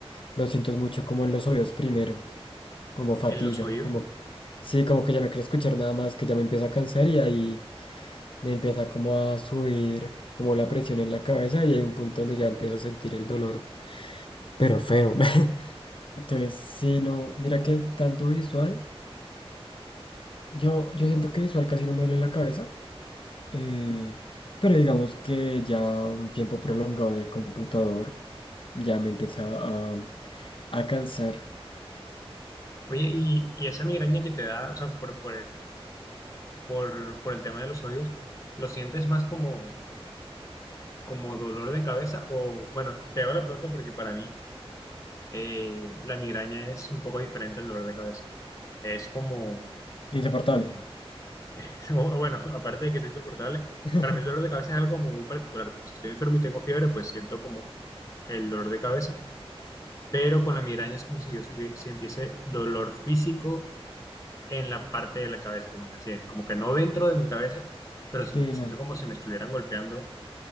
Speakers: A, on the left; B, on the left.
A: lo siento es mucho como en los oídos primero, como fatiga,
B: en los oídos.
A: como, sí, como que ya no quiero escuchar nada más, que ya me empiezo a cansar y ahí me empieza como a subir como la presión en la cabeza y hay un punto donde ya empiezo a sentir el dolor, pero feo. <laughs> Entonces, sí, no, mira que tanto visual, yo, yo siento que visual casi no me duele la cabeza, eh, pero digamos que ya un tiempo prolongado en el computador. ya me empezaba a, a cansar.
B: Oye, y, y esa migraña que te da, o sea, por, por el, por, por el tema de los oídos, ¿lo sientes más como como dolor de cabeza o, bueno, te hago la pregunta porque para mí eh, la migraña es un poco diferente al dolor de cabeza. Es como,
A: Insoportable.
B: <laughs> bueno, aparte de que es insoportable,
A: <laughs>
B: para mí el dolor de cabeza es algo como muy particular, como si estoy enfermo y tengo fiebre, pues siento como el dolor de cabeza, pero con la migraña es como si yo subie- sintiese dolor físico en la parte de la cabeza, como en la sien, como que no dentro de mi cabeza, pero si-
A: Sí,
B: siento
A: no.
B: como si me estuvieran golpeando